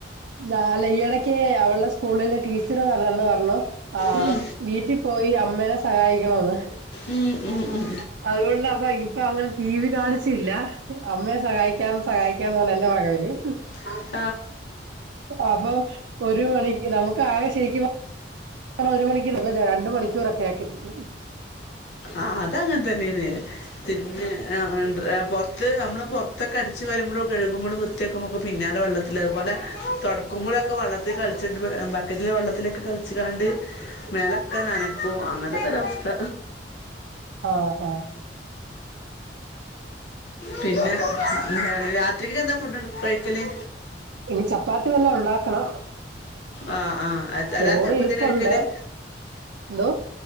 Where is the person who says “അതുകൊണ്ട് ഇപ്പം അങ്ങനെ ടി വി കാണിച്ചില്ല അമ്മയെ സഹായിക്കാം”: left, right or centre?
Right